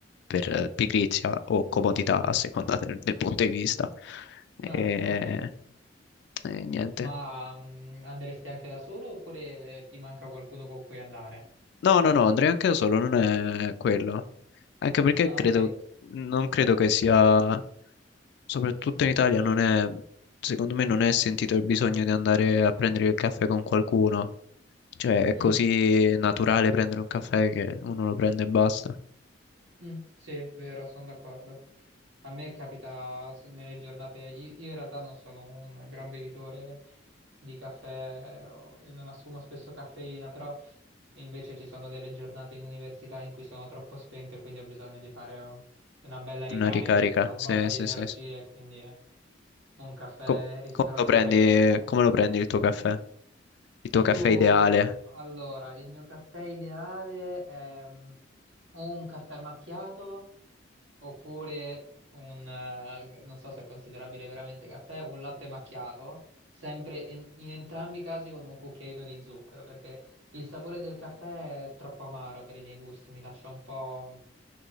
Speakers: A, on the left; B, on the right.
A: per, eh, pigrizia o comodità a seconda del, del punto di vista. E,
B: Ah, ok.
A: e niente.
B: Ma mm, andresti anche da solo oppure ti manca qualcuno con cui andare?
A: No, no, no, andrei anche da solo, non è quello. Anche perché
B: Ah,
A: credo,
B: ok.
A: non credo che sia, soprattutto in Italia, non è, secondo me non è sentito il bisogno di andare a prendere il caffè con qualcuno. Cioè, è
B: Mm.
A: così naturale prendere un caffè che uno lo prende e basta.
B: Mm, sì, è vero, sono d'accordo. A me capita s- nelle giornate, io, io in realtà non sono un gran bevitore di caffè o- e non assumo spesso caffeina, però invece ci sono delle giornate in università in cui sono troppo spento e quindi ho bisogno di fare oh, una bella ricarica,
A: Una ricarica,
B: di una botta
A: sì,
B: di
A: sì,
B: energie,
A: sì. sì.
B: e quindi eh, un caffè
A: Co-
B: ristoratore.
A: come lo prendi,
B: eh.
A: come lo prendi il tuo caffè? Il tuo
B: Io,
A: caffè ideale?
B: allora, il mio caffè ideale è mm, o un caffè macchiato oppure un, eh, non so se è considerabile veramente caffè, un latte macchiato, sempre in, in entrambi i casi con un cucchiaino di zucchero, perché il sapore del caffè è troppo amaro per i miei gusti, mi lascia un po'... mhmm,